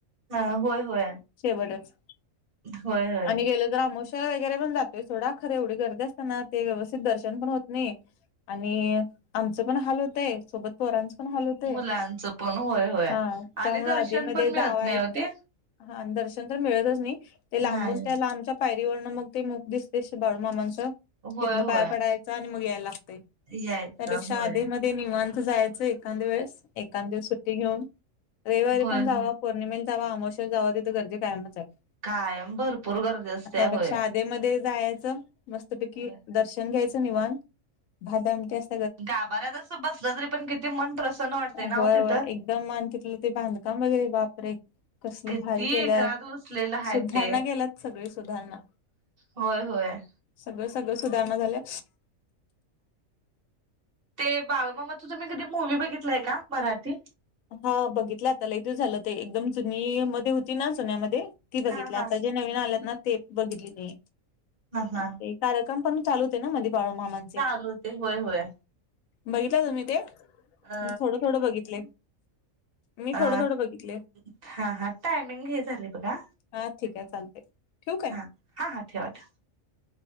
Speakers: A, on the right; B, on the left.
A: हं होय होय
B: शेवटच.
A: होय होय
B: आम्ही गेलो तर आमोशाला वगैरे पण जातोय सोडा खर एवढी गर्दी असताना ते व्यवस्थित दर्शन पण होत नाही, आणि आमचं पण हाल होतंय, सोबत पोरांचं पण हाल होतंय,
A: मुलांचं पण होय होय
B: हा, त्यामुळं
A: आणि दर्शन
B: आधी मध्ये
A: पण मिळत
B: जावाय
A: नाही ओ ते
B: हा आणि दर्शन तर मिळतच नाही, ते लांबून
A: नाही
B: त्या लामच्या पायरीवरनं मग ते मूक दिसतय बाळू मामांचं
A: होय
B: तिथनं
A: होय
B: पाया पडायच आणि मग याय लागतय,
A: यायचं
B: त्यापेक्षा
A: होय
B: आधी म ते निवांत जायचं एखांद वेळेस, एखांद दिवस सुट्टी घेऊन, रविवारी
A: होय
B: पण जावा
A: होय
B: पोर्णिमेला जावा, आमोशला जावा, तितं गर्दि कायमच आहे.
A: कायम भरपूर गर्दी असते
B: त्यापेक्षा
A: होय
B: आधी मध्ये जायाचं मस्तपैकी
A: होय
B: दर्शन घ्यायचं निवांत, भात आमटी अस
A: गाभऱ्यात असं बसलं तरी पण किती मन प्रसन वाटतय
B: होय
A: ना वो तिथं?
B: होय एकदम मन तितलं ते बांधकाम वगैरे बाप परे! कसलं
A: किती
B: भारी केल्यात,
A: एकरात वसलेलं आहे
B: सुधारणा
A: ते.
B: केेल्यात सगळी सुधारणा.
A: होय होय.
B: सगळं सगळं सुधारणा झाल्या.
A: ते बाळुमामाचं तुम्ही कधी मूवी बघितलाय का, मराठी?
B: हा बघितल्या आता लई दिवस झालं ते, एकदम जुनी मध्ये होती ना, जुन्यामध्ये ती बघितली
A: हा हा.
B: आता जे नवीन आल्यात ना, ते बघितली नाही,
A: हा हा
B: ते कार्यक्रम पण चालू होते ना मदे बाळूमामा
A: चालू हूते, होय होय.
B: बघितलाय तुम्ही ते?
A: अ
B: थोडं थोडं बघितले. मी
A: अं,
B: थोडं थोडं बघितले
A: हा हा टायमिंग हे झालय बघा.
B: हा ठीक आहे चालतंय ठेवू काय?
A: हा हा हा ठेवा ठेवा.